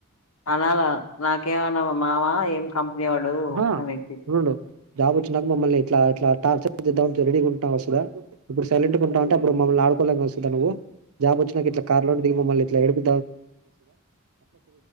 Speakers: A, on the left; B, on the right.
A: అనాల నాకేమన్నా నా మావా ఏం కంపెనీ వాడు
B: ఆహా
A: అనేసి
B: ఉండు జాబ్ వచ్చినాక మమ్మల్ని ఇట్లా ఇలా టాచ్చర్ చేయడానికి రెడీగా ఉంటావా సుధన్ ఇప్పుడు సైలెంట్గా ఉంటావ్ అంటే అప్పుడు మమ్మల్ని ఆడుకోలేకనా సుధన్ నువ్వు జాబ్ వచ్చినాక ఇట్లా కార్లోనుండి దిగి మమ్మల్ని ఇట్ల ఏడుపు